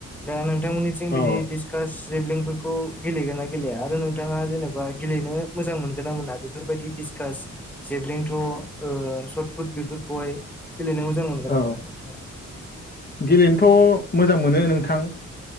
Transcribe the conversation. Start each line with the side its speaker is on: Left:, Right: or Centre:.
Centre: दा नोंथांमोननिथिं
Left: औ
Centre: बिदि डिस कास जेबलिंफोरखौ गेलेगोना गेलेया आरो नों बिथाङा जेनेबा गेलेनो मोजां मोनगोन ना मोना बेफोरबायदि डिसकास जेबलेंथ्र' सटफुट बेफोरखौहाय गेलेनो मोजां मोनगोन
Left: औ
Centre: आ मोना नोंथाङा?
Left: गेलेनोथ' मोजां मोनो नोंथां